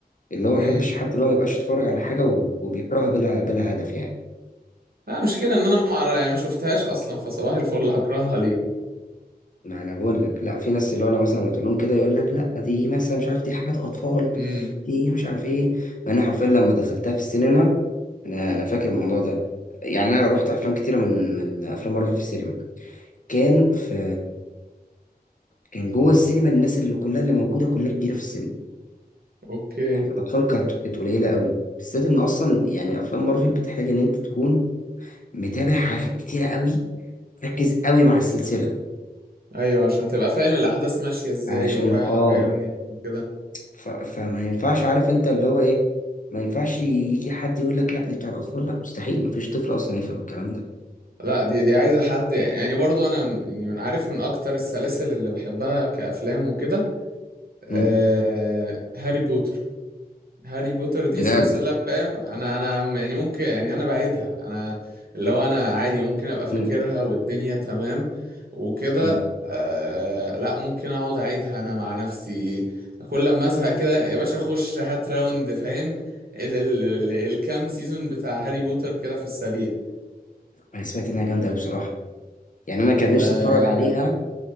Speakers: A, on the left; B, on the right.
A: اللي هو
B: امم
A: ما احبش حد اللي هو ما يبقاش يتفرج على حاجه و- وبيكرهها بلا بلا هدف يعني
B: لا مشكلة ان انا ما أعرف- يعني ما شفتهاش اصلا فصباح الفل هكرهها ليه
A: ما انا بقول لك لا في ناس اللي هو انا مثلا لما تقول لهم كده يقول لك لا دي مثلا مش عارف دي حاجات اطفال
B: امم
A: دي مش عارف ايه مع ان حرفيا لما دخلتها في السينما انا انا فاكر الموضوع ده يعني انا رحت افلام كتيره من من افلام مارفل في السينما كان في كان جوه السينما الناس اللي كلها اللي موجوده كلها كبيره في السن
B: اوكي
A: يعني الأطفال كانت كانت قليلة قوي بالذات إن أصلا يعني أفلام مارفل بتحتاج إن أنت تكون متابع حاجات كتيرة قوي مركز قوي مع السلسلة
B: ايوه عشان تبقى فاهم الاحداث ماشية ازاي
A: عشان
B: ورايحة
A: آه
B: وجاية منين وكده
A: ف... فما ينفعش عارف أنت اللي هو إيه ما ينفعش يجي حد يقول لك لا دي بتاع الأطفال لا مستحيل مفيش طفل أصلا يفهم الكلام ده
B: لا دي دي عايزة حد يعني برضو انا م- يعني من عارف من اكتر السلاسل اللي بحبها كافلام وكده آه...
A: امم
B: هاري بوتر هاري بوتر دي
A: بجد
B: سلسلة فاهم انا انا يعني ممكن يعني انا بعيدها انا اللي هو انا عادي ممكن ابقى فاكرها
A: امم
B: والدنيا تمام وكده
A: امم
B: آه لا ممكن اقعد اعيدها انا مع نفسي كل لما ازهق كده يا باشا اخش هات راوند فاهم ال ال ال الكام سيزون بتاع هاري بوتر كده في السريع
A: أنا سمعت إنها جامدة قوي بصراحة يعني أنا كان نفسي
B: اه
A: أتفرج عليها